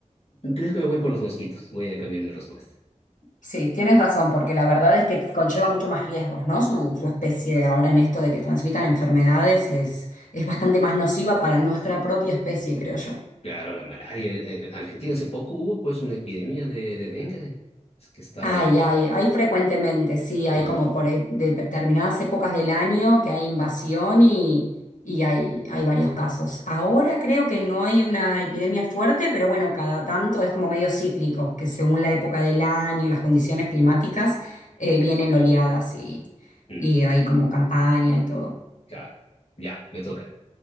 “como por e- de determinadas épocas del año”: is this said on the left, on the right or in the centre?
Left